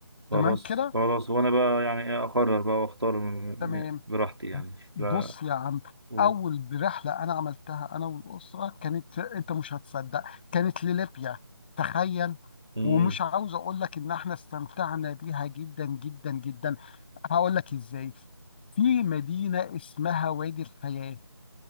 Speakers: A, on the right; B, on the left.
A: خلاص
B: تمام كده
A: خلاص وانا بقى يعني ايه اقرر بقى واختار م-
B: تمام
A: م- براحتي يعني
B: بص
A: لا
B: يا عم
A: و...
B: اول رحله انا عملتها انا والاسره كانت انت مش هتصدق كانت لليبيا تخيل
A: مم.
B: ومش عاوز اقول لك ان احنا استمتعنا بيها جدا جدا جدا هقول لك ازاي في مدينه اسمها وادي الحياه